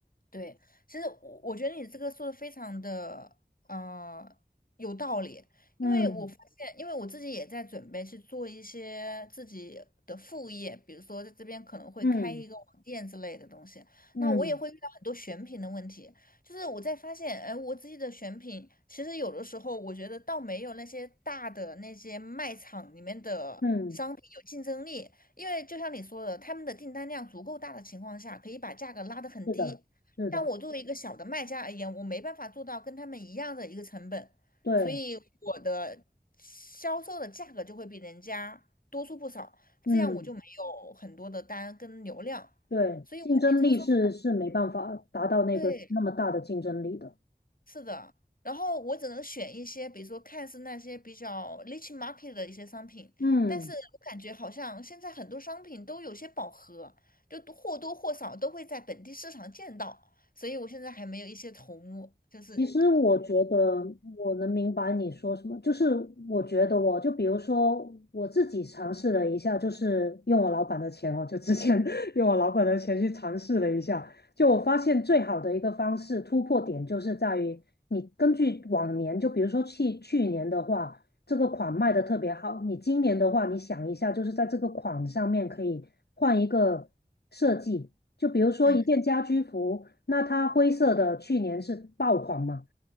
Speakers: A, on the left; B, on the left.
A: 对，其实我我觉得你这个说的非常的呃有道理，因为我发现，
B: 嗯
A: 因为我自己也在准备去做一些自己的副业，比如说在这边可能会开一个网店之类的东西，
B: 嗯嗯
A: 那我也会遇到很多选品的问题，就是我在发现，哎，我自己的选品其实有的时候我觉得倒没有那些大的那些卖场里面的商品有竞争力，
B: 嗯，
A: 因为就像你说的，他们的订单量足够大的情况下，可以把价格拉得很低。
B: 是的，是的，
A: 但我作为一个小的卖家而言，我没办法做到跟他们一样的一个成本，
B: 对，
A: 所以我的销售的价格就会比人家多出不少，
B: 嗯
A: 这样我就没有很多的单跟流量。
B: 对，
A: 所以我觉得你这个说法
B: 竞争力是是没办法达到那个那么大的竞争力的。
A: 对，是的。然后我只能选一些，比如说看似那些比较 niche market 的一些商品，
B: 嗯。
A: 但是我感觉好像现在很多商品都有些饱和，就多或多或少都会在本地市场见到，所以我现在还没有一些头目，就是。
B: 其实我觉得我能明白你说什么，就是我觉得我就比如说我自己尝试了一下，就是用我老板的钱哦，就之前 <laughs> 用我老板的钱去尝试了一下，就我发现最好的一个方式突破点就是在于你根据往年，就比如说去去年的话，这个款卖的特别好，你今年的话，你想一下，就是在这个款上面可以换一个设计，就比如说一件家居服。
A: 嗯
B: 那它灰色的去年是爆款嘛？